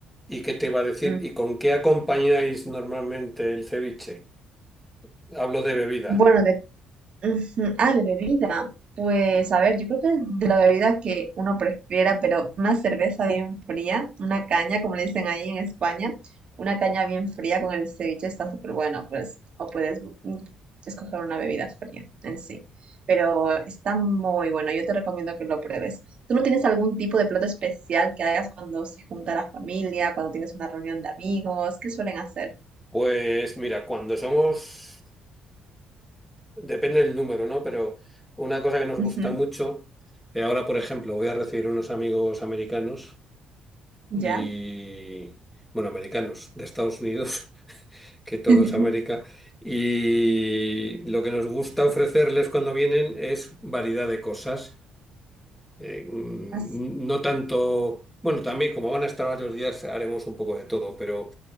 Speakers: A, in the centre; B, on the right (about 50°).
A: ¿Y qué te iba a decir?
B: Mm.
A: ¿Y con qué acompañáis normalmente el ceviche? Hablo de bebida.
B: Bueno, Ujú. Ah, de bebida. Pues a ver, yo creo que de la bebida que uno prefiera, pero una cerveza bien fría, una caña, como le dicen ahí en España, una caña bien fría con el ceviche está súper bueno, pues, o puedes mm, escoger una bebida fría en sí. Pero está muy bueno, yo te recomiendo que lo pruebes. ¿Tú no tienes algún tipo de plato especial que hagas cuando se junta la familia, cuando tienes una reunión de amigos? ¿Qué suelen hacer?
A: Pues mira, cuando somos, depende del número, ¿no? Pero una cosa que nos
B: Ujú,
A: gusta mucho, eh, ahora por ejemplo voy a recibir unos amigos americanos
B: ¿Ya?
A: y, bueno, americanos de Estados Unidos, <laughs> que todo
B: <laughs>
A: es América, y lo que nos gusta ofrecerles cuando vienen es variedad de cosas. eh, mm,
B: Así,
A: no tanto, bueno, también como van a estar varios días haremos un poco de todo, pero